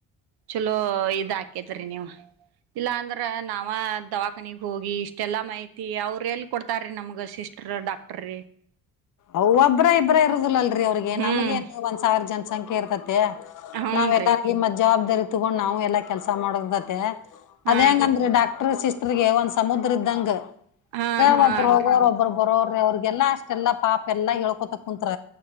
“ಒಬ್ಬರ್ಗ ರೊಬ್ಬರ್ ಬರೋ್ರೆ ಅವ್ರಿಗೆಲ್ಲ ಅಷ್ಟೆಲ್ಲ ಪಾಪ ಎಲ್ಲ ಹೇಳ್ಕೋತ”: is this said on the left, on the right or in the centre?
Left